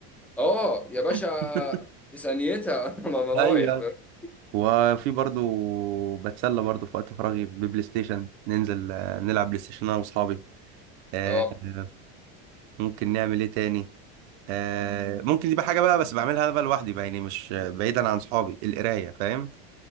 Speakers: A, in the centre; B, on the right.
A: اه يا باشا
B: <laughs>
A: في ثانيتها <laughs> انا أنا رايح
B: ايوه
A: فاهم
B: وفي برضو بتسلى برضو في وقت فراغي ببلاي ستيشن ننزل آه، نلعب بلاي ستيشن انا واصحابي آه،
A: اه
B: آه، ممكن نعمل ايه تاني آه، ممكن دي بقى حاجه بقى بس بعملها انا بقى لوحدي بقى يعني مش بعيدا عن صحابي القرايه فاهم